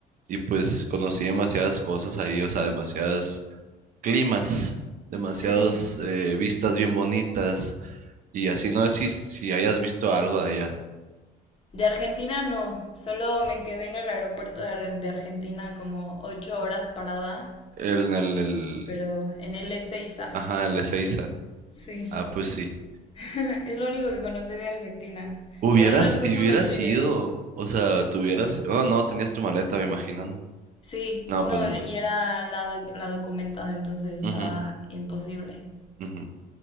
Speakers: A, on the right; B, on the left.
A: Y pues conocí demasiadas cosas ahí, o sea, demasiadas climas, demasiadas
B: Sí.
A: eh, vistas bien bonitas. Y así no sé si, si hayas visto algo de allá.
B: De Argentina no, solo me quedé en el aeropuerto de Ar- de Argentina como ocho horas parada,
A: El, el, el,
B: pero en el Ezeiza.
A: ajá, el Ezeiza.
B: Sí,
A: Ah, pues sí.
B: <laughs> es lo único que conocí de Argentina,
A: Hubieras,
B: pero en algún
A: y
B: momento
A: hubieras
B: iré.
A: ido, o sea, tuvieras, oh, no, tenías tu maleta, me imagino, ¿no?
B: Sí,
A: No,
B: no,
A: pues no.
B: y era la, la documentada, entonces estaba
A: Ujú,
B: imposible,
A: ujú.